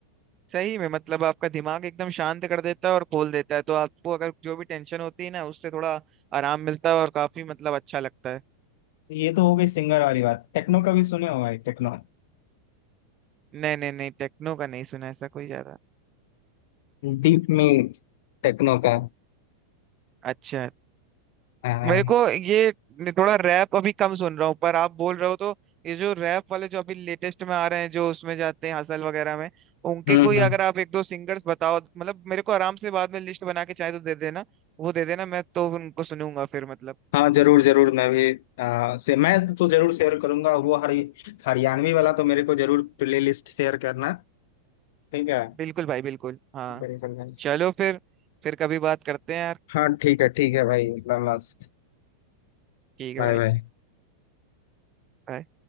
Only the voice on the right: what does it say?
सही में मतलब आपका दिमाग एकदम शांत कर देता है और खोल देता है तो आपको अगर जो भी टेंशन होती है ना उससे थोड़ा आराम मिलता है और काफी मतलब अच्छा लगता है
नहीं नहीं नहीं टेक्नो का नहीं सुना ऐसा कोई ज्यादा
अच्छा
मेरे को ये थोड़ा रैप अभी कम सुन रहा हूँ पर आप बोल रहे हो तो ये जो रैप वाले जो अभी लेटेस्ट में आ रहे हैं जो उसमें जाते हैं हसल वगैरह में उनके
कोई
अगर आप एक दो सिंगर्स बताओ मतलब मेरे को आराम से बाद में लिस्ट बना के चाहे तो दे देना वो दे देना मैं तो उनको सुनूंगा फिर मतलब
बिल्कुल भाई बिल्कुल हाँ
चलो फिर फिर कभी बात करते हैं यार
ठीक है
भाई
bye.